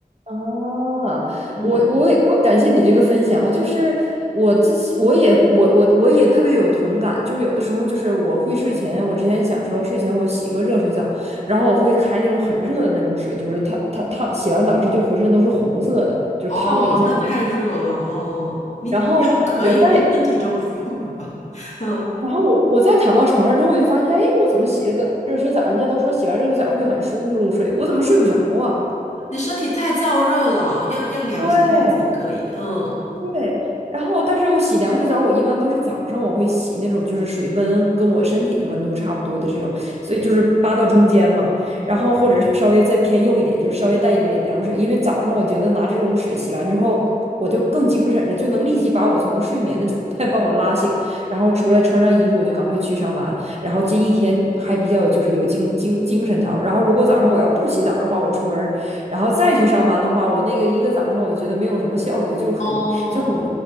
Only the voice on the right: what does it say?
啊，
我我也我感谢你这个分享。我就是我之前我也我我我也特别有同感，就是有的时候就是我会睡前，我之前想说睡前我洗个热水澡，然后我会开那种很热的那种水，就是烫烫烫，洗完澡之后就浑身都是红色的，就是烫一下。
然后我再
然后我我再躺到床上之后，我就发现，哎，我怎么洗了个热水澡？人家都说洗完热水澡会很舒服入睡，我怎么睡不着啊？
对，对，然后但是我洗凉水澡，我一般都是早上我会洗那种就是水温跟我身体的温度差不多的这种，所以就是扒到中间嘛，然后或者稍微再偏右一点，就是稍微带一点凉水，因为早上我觉得拿这种水洗完之后，我就更精神了，就能立即把我从睡眠的状态帮我拉醒，然后出来穿上衣服我就赶快去上班，然后这一天还比较就是有精精精神头儿然后如果早上我要不洗澡的话，我出门儿然后再去上班的话，我那个一个早上我就觉得没有什么效率，就很就很